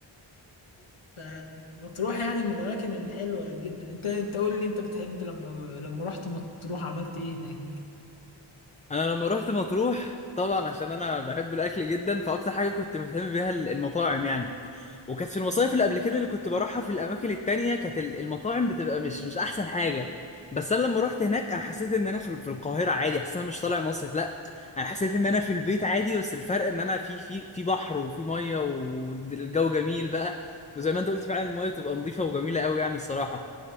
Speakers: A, on the left (about 80°); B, on the left (about 15°).
A: فمطروح يعني من الأماكن الحلوة جدا أنت أنت قول لي أنت بتحب لما لما رحت مطروح عملت إيه هناك
B: انا لما رحت مطروح طبعا عشان انا بحب الاكل جدا فاكتر حاجه كنت مهتم بيها ال- المطاعم يعني وكانت في المصايف اللي قبل كده اللي كنت بروحها في الاماكن التانية كانت ال- المطاعم بتبقى مش مش احسن حاجه بس انا لما رحت هناك انا حسيت ان انا في ال- في القاهره عادي حسيت ان انا مش طالع مصيف لا انا حسيت ان انا في البيت عادي بس الفرق ان انا في في في بحر وفي ميه والجو جميل بقى وزي ما انت قلت فعلا الميه بتبقى نظيفه وجميله قوي يعني الصراحه